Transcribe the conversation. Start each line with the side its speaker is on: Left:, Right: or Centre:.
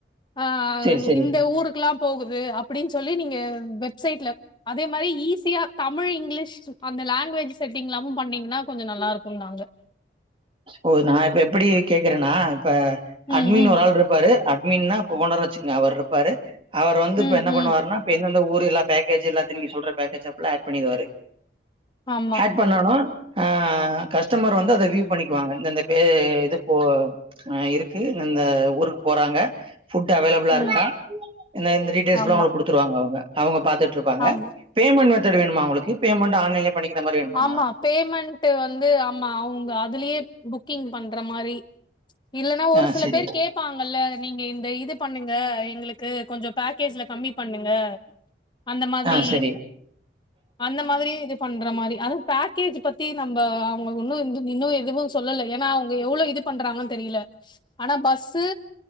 Left: ஆ
Right: சரி சரி
Left: இந்த ஊருக்குல்லாம் போகுது அப்டின் சொல்லி நீங்க வெப்சைட்ல அதே மாரி ஈஸியா தமிழ் இங்கிலீஷ் அந்த லாங்குவேஜ் செட்டிங் எல்லாமும் பண்ணீங்கன்னா கொஞ்சோ நல்லா இருக்குனாங்க
Right: ஓ நா இப்ப எப்படி கேக்குறன்னா இப்ப அட்மின்
Left: ம் ம்
Right: ஒரு ஆள் இருப்பாரு அட்மின்னா இப்ப ஓனரா வெச்சுக்குங்க அவர் இருப்பாரு அவர் வந்து இப்ப
Left: ம்
Right: என்ன பண்ணுவருன்னா
Left: ம்
Right: இப்ப எந்தந்த ஊரு எல்லா பேக்கேஜ் எல்லா நீங்க சொல்ற பேக்ஜலா ஏப்ல ஏட் பண்ணிருவாரு
Left: ஆமா
Right: ஏட் பண்ணனு ஆ கஸ்டமர் வந்து அத விவ் பண்ணிக்குவாங்க இந்தந்த பே இது போ இருக்கு இந்தந்த ஊருக்கு போறாங்க ஃபுட் அவெயிலபா
Left: ம்
Right: இருக்கா என்ன இந்த டீடெயில்ஸ் ஃபுல்லா
Left: ஆமா
Right: உங்களுக்கு குடுத்துருவாங்க அவங்க அவங்க பாத்துட்டு இருப்பாங்க
Left: ஆமா
Right: பேமெண்ட் வந் மெத்தெடு வேணுமா உங்களுக்கு பேமெண்ட் ஆன்லைன்லயே பண்ணிக்கிற மாரி வேணுமாமா
Left: ஆமா பேமெண்ட்டு வந்து ஆமா அவங்க அதுலயே புக்கிங் பண்ற மாரி இல்லன்னா ஒரு
Right: ஆ
Left: சில
Right: சரி
Left: பேர் கேப்பாங்கல்ல நீங்க இந்த இது பண்ணுங்க எங்களுக்கு கொஞ்சம் கேஸ்ல கம்மி பண்ணுங்க அந்த மாதிரி
Right: ஆ சரி
Left: அந்த மாதிரி இது பண்ற மாரி அது பேக்கேஜ் பத்தி நம் அவங்களுக்கு ஒன்னு இந்து இன்னு எதுவுமசொல்லல்ல ஏன்னா அவங்க எவ்வளவு இது பண்றாங்கன் தெரில ஆனா பஸு